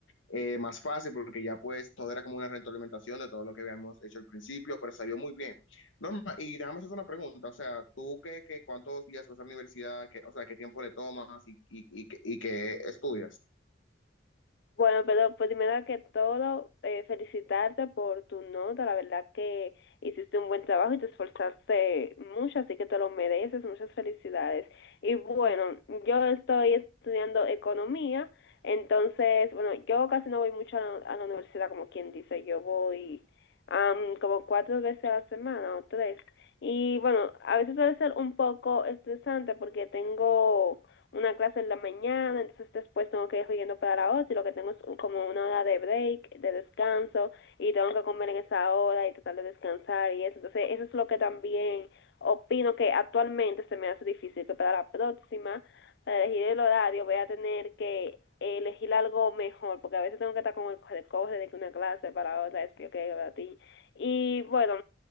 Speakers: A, on the left (about 80°); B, on the left (about 55°).
A: eh, más fácil porque ya pues todo era como una retroalimentación de todo lo que habíamos hecho al principio, pero salió muy bien. Norma, y déjame hacer una pregunta, o sea, ¿tú qué, qué cuántos días vas a la universidad? Qué, o sea, ¿qué tiempo le tomas y, y, y, y qué estudias?
B: Bueno, pero primero que todo, eh, felicitarte por tu nota. La verdad que hiciste un buen trabajo y te esforzaste mucho, así que te lo mereces. Muchas felicidades. Y bueno, yo estoy estudiando economía, entonces, bueno, yo casi no voy mucho a la, a la universidad, como quien dice. Yo voy am, como cuatro veces a la semana o tres. Y bueno, a veces suele ser un poco estresante porque tengo una clase en la mañana, entonces después tengo que ir yendo para la otra y lo que tengo es como una hora de break, de descanso y tengo que comer en esa hora y tratar de descansar y eso. Entonces eso es lo que también opino que actualmente se me hace difícil, que para la próxima, para elegir el horario, voy a tener que elegir algo mejor, porque a veces tengo que estar con el corre de que una clase para otra, es que okay, para ti. Y bueno,